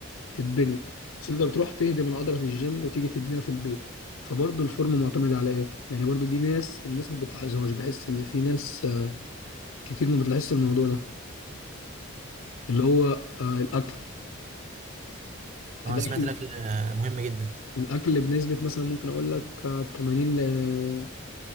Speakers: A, on the left (about 85°); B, on the right (about 35°).
A: تتبني اصل انت بتروح تهدم العضله في الجيم وتيجي تبنيها في البيت فبرضه الفورم معتمد على ايه يعني برضه دي ناس الناس ما بتلاحظهاش بحس ان في ناس آه، كتير ما بتلاحظش الموضوع ده اللي هو آه، الاكل
B: أنا
A: الاكل
B: سمعت الأكل آه، مهم جدا
A: الاكل بنسبه مثلا ممكن اقول لك آه، 80 ل